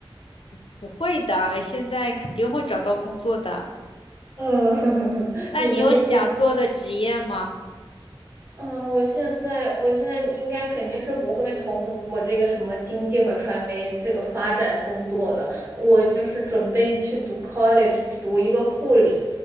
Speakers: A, on the left; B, on the right.
A: 不会的，现在肯定会找到工作的。
B: 嗯，<laughs>
A: 那你有想做的职业吗？
B: 你们那边，嗯，我现在我现在应该肯定是不会从我这个什么经济和传媒这个发展工作的，我就是准备去读 college 读一个护理，